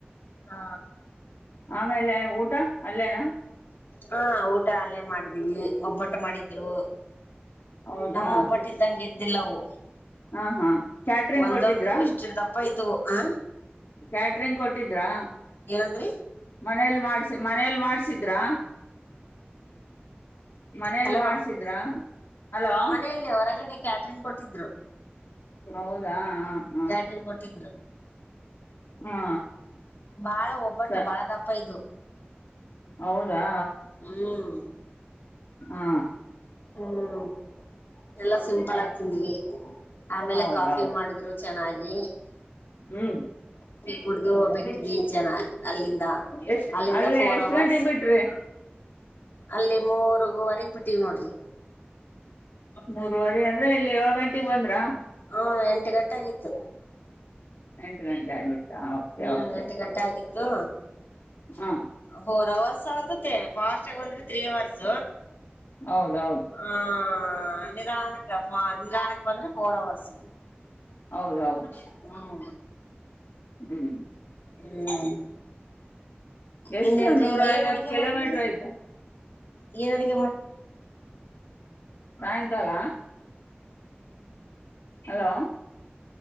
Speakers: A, on the left; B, on the left.
A: ಹ
B: ಆಮೇಲೆ ಊಟ ಅಲ್ಲೇನಾ
A: ಹಾ ಊಟ ಅಲ್ಲೇ ಮಾಡಿದೀನಿ ಒಬ್ಬಟ ಮಾಡಿದ್ರು
B: ಹೌದಾ
A: ನಮ್ಮ ಒಬ್ಬಟ್ಟಿದ್ದಂಗೆ ಇದ್ದಿಲ್ಲವು.
B: ಹಾ ಹಾ ಕ್ಯಾಟ್ರಂಗ್
A: ಒಂದೊಂದು
B: ಕೊಟ್ಟಿದ್ರಾ
A: ಇಷ್ಟಿಡ್ ದಪ್ಪ ಇದ್ವು ಹ
B: ಕ್ಯಾಟ್ರಿಂಗ್ ಕೊಟ್ಟಿದ್ರಾ
A: ಏನಂದ್ರರಿ
B: ಮನೇಲಿ ಮಾಡ್ಸ ಮನೇಲ್ ಮಾಡ್ಸಿದ್ರಾ ಮನೇೆಯಲ್ಲಿ
A: ಹಲೋ
B: ಮಾಡ್ಸಿದ್ರ ಹಲೋ
A: ಮನೆಯಲ್ಲೇ ಹೊರಗಡೆ ಕ್ಯಾಟ್ರಿಂಗ್ ಕೊಟ್ಟಿದ್ರು.
B: ಹೌದಾ ಹಾ ಹಾ
A: ಕ್ಯಾಟ್ರಿಂಗ್ ಕೊಟ್ಟಿದ್ರು
B: ಹಾ
A: ಬಾಳ ಒಬ್ಬಟ್ಟು
B: ಸ
A: ಬಾಳ ದಪ್ಪ ಇದದು
B: ಹೌದಾ
A: ಹ್ಮ್
B: ಹಾ
A: ಹ್ಮ್ ಎಲ್ಲ
B: ಸರಿ
A: ಸಿಂಪಲ್ ಆಗ ತಿಂದ್ವಿ ಆಮೇಲೆ
B: ಹೌದೌದು
A: ಕಾಫಿ ಮಾಡಿದ್ರು ಚೆನ್ನಾಗಿ
B: ಹ್ಮ್
A: ಕಾಫಿ
B: <unintelligible>
A: ಕುಡ್ದು ಬಿಟ್ವಿ ಚೆನ್ನ ಅಲ್ಲಿಂದ
B: ಎಷ್ಟ
A: ಅಲ್ಲಿಂದ
B: ಅಲ್ಲೇ
A: ಫೋರ್
B: ಎಷ್ಟ್
A: ಅವರ್ಸ್
B: ಗಂಟೆಗೆ ಬಿಟ್ರಿ
A: ಅಲ್ಲಿ ಮೂರುುವರೆಗ್ ಬಿಟ್ಟಿವವಿ ನೋಡ್ರಿ
B: ಮೂರ್ವರಿ ಅಂದ್ರೆ ಇಲ್ಲಿ ಏಳ್ ಗಂಟಗ್ ಬಂದ್ರಾ
A: ಹುಂ ಎಂಟು ಗಂಟೆ ಆಗಿತ್ತು
B: ಎಂಟು ಗಂಟೆ ಆಗಿತ್ತಾ ಓಕೆ
A: ಹ್ಮ್
B: ಓಕೆ
A: ಎಂಟು ಗಂಟೆ ಆಗಿತ್ತು
B: ಹಾ
A: ಫೋರ್ ಅವರ್ಸ್ ಆಗ್ತತೆ ಫಾಸ್ಟ್ ಆಗ ಬಂದ್ರೆ ತ್ರ್ರೀ ಅವರ್ಸ್
B: ಹೌದೌದು
A: ಹ ನಿಧಾನಕ್ಕೆಪ್ಪ ನಿಧಾನಕ್ಕೆ ಬಂದ್ರೆ ಫೋರ್ ಅವರ್ಸ್
B: ಹೌದೌದು
A: ಹ್ಮ್
B: ಹ್ಮ್
A: ಹ್ಮ್
B: ಎಷ್ಟು
A: ಇನ್ನೇನ್ರಿ
B: ನೂರ
A: ಏನ್
B: ಐವತ್ತು
A: ಅಡಗೆ
B: ಕಿಲೋಮೀಟ್ರ
A: ಮಾಡಿದ್ರಿ
B: ಆಯ್ತೆ.
A: ಏನ್ ಅಡುಗೆ ಮಾಡ.
B: ಸಾಯಂಕಾಲ. ಹಲೋ